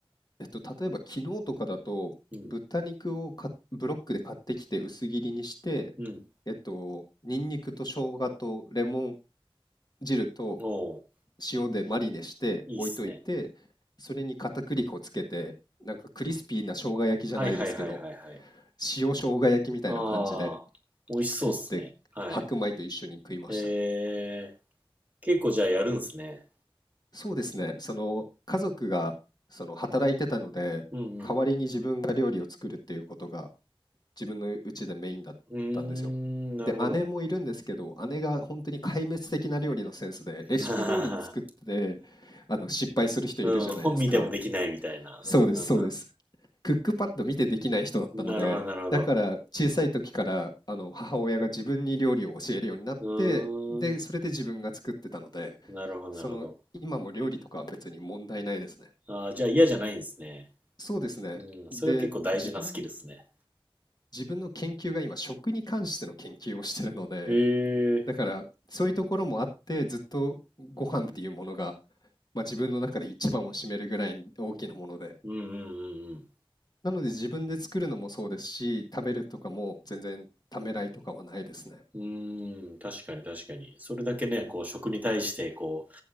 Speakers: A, on the left (about 45°); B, on the right (about 15°).
A: えっと、例えば昨日とかだと、
B: うん。
A: 豚肉をかブロックで買ってきて薄切りにして、
B: うん。
A: えっと、ニンニクと生姜とレモン汁と
B: おお、
A: 塩でマリネして置いといて、
B: いいっすね。
A: それに片栗粉つけて、なんかクリスピーな生姜焼きじゃないですけど、
B: はいはいはいはいはい。
A: 塩生姜焼きみたいな感じで
B: ああ、美味しそうっすね。
A: 作って白米と一緒に食いました。
B: はい。えー、結構じゃあやるんですね。
A: そうですね。その家族がその働いてたので、
B: うんうん。
A: 代わりに自分が料理を作るっていうことが自分の家でメインだったんですよ。
B: うーん、なるほど。
A: で、姉もいるんですけど、姉が本当に壊滅的な料理のセンスで、レシピ通りに作って、
B: <laughs> あ
A: あの失敗する人いるじゃないですか。
B: ーうん、本見てもできないみたいな。うんうん
A: そうですそうです。クックパッド見てできない人だったので、
B: うん。なるほど、なるほど。
A: だから小さい時からあの母親が自分に料理を教えるようになって、
B: うー
A: で、それで自分が作ってたので、
B: ん。なるほど、
A: その今も料理とかは別に問題ないですね。
B: なるほど。ああ、じゃあ嫌じゃないんですね。
A: そうですね。
B: うん。
A: で、
B: それは結構大事なスキルですね。
A: 自分、自分の研究が今食に関しての研究をしてるので、
B: へえ。
A: だからそういうところもあってずっとご飯っていうものが、まあ、自分の中で一番を占めるぐらい大きなもので、
B: うんうんうんうん。
A: なので自分で作るのもそうですし、食べるとかも全然ためらいとかはないですね。
B: うーん、確かに確かに。それだけね、こう、食に対して、こ